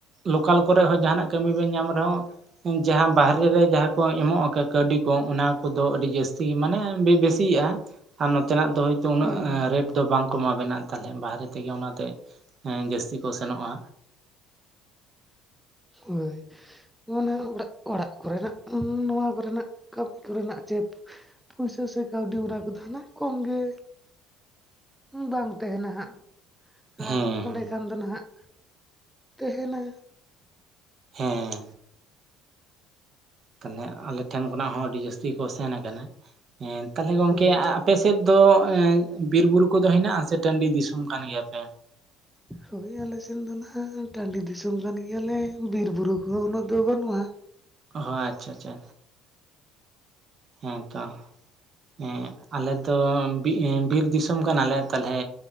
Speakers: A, on the right; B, in the centre.
A: ᱞᱳᱠᱟᱞ ᱠᱚᱨᱮ ᱦᱚᱸ ᱡᱟᱦᱟᱸᱱᱟᱜ ᱠᱟᱹᱢᱤ ᱵᱮᱱ ᱧᱟᱢ ᱨᱮᱦᱚᱸ ᱡᱟᱦᱟᱸ ᱵᱟᱦᱨᱮ ᱨᱮ ᱡᱟᱦᱟᱸ ᱠᱚ ᱮᱢᱚᱜ ᱟᱠᱚ ᱠᱟᱹᱣᱰᱤ ᱠᱚ ᱚᱱᱟ ᱠᱚᱫᱚ ᱟᱹᱰᱤ ᱡᱟᱹᱥᱛᱤ ᱜᱤ ᱢᱟᱱᱮ ᱵᱮᱼᱵᱮᱥ ᱛᱤᱭᱟ ᱟᱨ ᱱᱚᱛᱮᱱᱟᱜ ᱫᱚ ᱦᱳᱭᱛᱚ ᱩᱱᱟᱹᱜ
B: ᱦᱳᱭ
A: ᱨᱮᱴ ᱫᱚ ᱵᱟᱝ ᱠᱚ ᱮᱢᱟ ᱵᱮᱱᱟᱜ ᱛᱟᱞᱮᱭ ᱵᱟᱦᱨᱮ ᱛᱮᱜᱮ ᱚᱱᱟᱛᱮ ᱮᱸ ᱡᱟᱹᱥᱛᱤ ᱠᱚ ᱥᱮᱱᱚᱜᱼᱟ᱾
B: ᱦᱳᱭ ᱚᱱᱮ ᱚᱲᱟᱜ ᱚᱲᱟᱜ ᱠᱚᱨᱮᱱᱟᱜ <unintelligible> ᱱᱚᱣᱟ ᱠᱚᱨᱮᱱᱟᱜ ᱠᱟᱹᱜ ᱠᱚᱨᱮᱱᱟᱜ ᱡᱮ ᱯᱩᱭᱥᱟᱹ ᱥᱮ ᱠᱟᱹᱣᱰᱤ ᱚᱱᱟ ᱠᱚᱫᱚ ᱱᱟᱦᱟᱸᱜ ᱠᱚᱢ ᱜᱮ ᱵᱟᱝ ᱛᱟᱦᱮᱱᱟ ᱦᱟᱸᱜ
A: ᱦᱮᱸ
B: ᱟᱨ ᱚᱸᱰᱮ ᱠᱷᱟᱱ ᱫᱚ ᱱᱟᱦᱟᱸᱜ ᱛᱮᱦᱮᱱᱟ
A: ᱦᱮᱸ ᱛᱟᱱᱮ ᱦᱟᱸᱜ ᱟᱞᱮ ᱴᱷᱮᱱ ᱠᱷᱚᱱᱟᱜ ᱦᱚᱸ ᱟᱹᱰᱤ ᱡᱟᱹᱥᱛᱤ ᱜᱮᱠᱚ ᱥᱮᱱ ᱟᱠᱟᱱᱟ᱾ ᱮᱸ ᱛᱟᱦᱞᱮ ᱜᱚᱝᱠᱮ
B: ᱦᱳᱭ
A: ᱮ ᱟᱯ ᱟᱯᱮ ᱥᱮᱫ ᱫᱚ ᱮᱸ ᱵᱤᱨ ᱵᱩᱨᱩ ᱠᱚᱫᱚ ᱦᱮᱱᱟᱜᱼᱟ ᱥᱮ ᱴᱟᱺᱰᱤ ᱫᱤᱥᱚᱢ ᱠᱟᱱ ᱜᱮᱭᱟᱯᱮ
B: ᱦᱳᱭ ᱟᱞᱮ ᱥᱮᱱ ᱫᱚ ᱱᱟᱦᱟᱸᱜ ᱴᱟᱺᱰᱤ ᱫᱤᱥᱚᱢ ᱠᱟᱱ ᱜᱮᱭᱟᱞᱮ ᱵᱤᱨ ᱵᱩᱨᱩ ᱠᱚᱦᱚᱸ ᱩᱱᱟᱹᱜ ᱫᱚ ᱵᱟᱹᱱᱩᱜᱼᱟ᱾
A: ᱦᱚᱸ ᱟᱪᱪᱷᱟ ᱟᱪᱪᱷᱟ ᱦᱮᱸ ᱛᱚ ᱦᱮᱸ ᱟᱞᱮ ᱫᱚ ᱵᱤ ᱮᱸ ᱵᱤᱨ ᱫᱤᱥᱚᱢ ᱠᱟᱱᱟᱞᱮ ᱛᱟᱞᱦᱮ